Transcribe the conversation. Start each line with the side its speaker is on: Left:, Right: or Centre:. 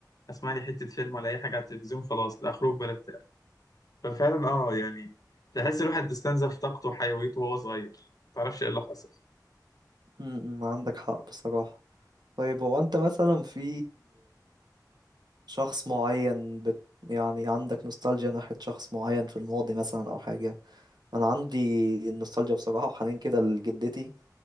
Left: اسمع لي حته فيلم ولا اي حاجه على التلفزيون خلاص لا خروج ولا بتاع ففعلا اه يعني تحس الواحد استنزف طاقته وحيويته وهو صغير ما تعرفش ايه اللي حصل
Right: مم، مم، عندك حق بصراحة طيب هو أنت مثلا في شخص معين بت يعني عندك نوستالجيا ناحية شخص معين في الماضي مثلا أو حاجة أنا عندي النوستالجيا بصراحة وحنين كده لجدتي